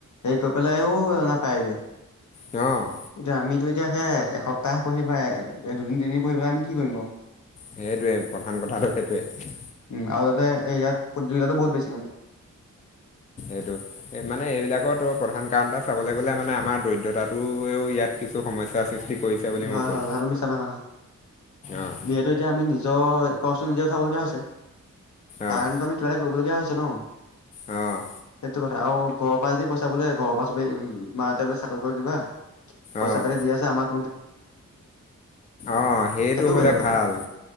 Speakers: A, on the left; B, on the left.
A: হেৰি কৰি পেলাইও নাপায়গে।
B: অ'।
A: এতিয়া আমিতো এতিয়া সেই এসপ্তাহ পঢ়িবা দুদিন তিনিদিন পঢ়ি পাই আমি কি কৰিম বাৰু।
B: সেইটোৱেই প্ৰধান কথাটো সেইটোৱেই।
A: উম, আৰু তাতে ইয়াত প্ৰতিযোগিতাটো বহুত বেছি মানে।
B: এইটো। মানে এইবিলাকতো প্ৰধান কাৰণ এটা চাবলৈ গ'লে মানে আমাৰ দৰিদ্ৰতাটোও ইয়াত কিছু সমস্যাৰ সৃষ্টি কৰিছে। বুলি
A: হয়,
B: মই ক'ম
A: হয় কথাতো মিছা নহয়
B: অ',
A: যিহেতু এতিয়া আমি নিজৰ খৰচটো নিজে উঠাব লগীয়া হৈছে। তাৰ
B: অ',
A: কাৰণেতো আমি কিবা এটা কৰিবলগীয়া হৈছে ন।
B: অ'।
A: সেইটো কথা আৰু ঘৰৰ পৰা যদি পইচা বোলে ঘৰৰ পৰা চবে মাতে বোলে চাকৰি কৰে কিবা। পইচা
B: অ',
A: পাতি দি আছে আমাক।
B: অ', সেইটো
A: সেইটোও
B: হ'লে
A: বেলেগ
B: ভাল
A: কথা